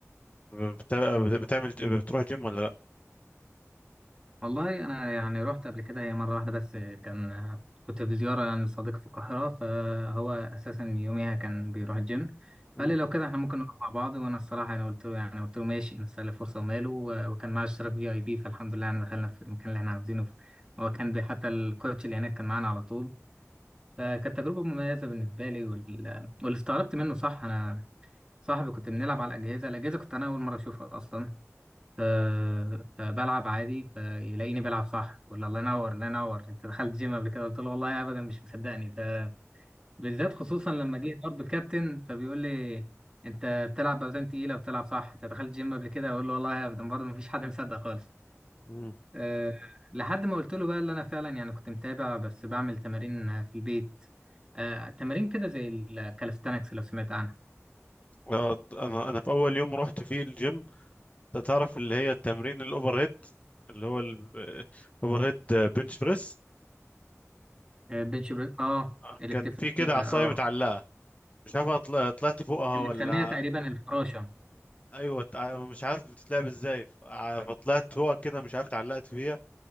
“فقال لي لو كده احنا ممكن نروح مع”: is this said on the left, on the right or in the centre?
Right